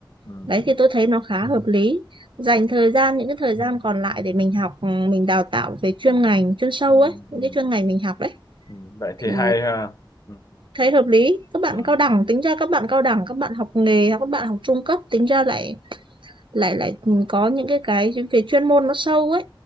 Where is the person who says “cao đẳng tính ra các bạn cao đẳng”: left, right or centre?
Right